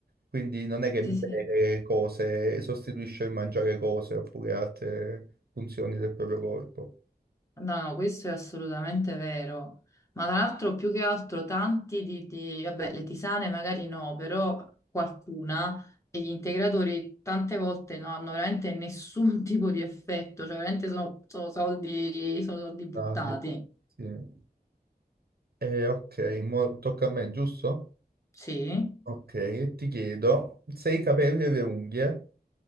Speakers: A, on the right; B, on the left.
A: Quindi non è che
B: Sì,
A: bere
B: sì.
A: cose sostituisce il mangiare cose oppure altre funzioni del proprio corpo.
B: No, no, questo è assolutamente vero. Ma tra l'altro, più che altro, tanti di, di- vabbè, le tisane magari no, però qualcuna e gli integratori tante volte non hanno veramente nessun <laughs> tipo di effetto, cioè veramente sono, sono soldi, sono soldi buttati.
A: Ah, sì. Sì. Eh, ok, mo tocca a me, giusto?
B: Sì.
A: Ok, e ti chiedo se i capelli e le unghie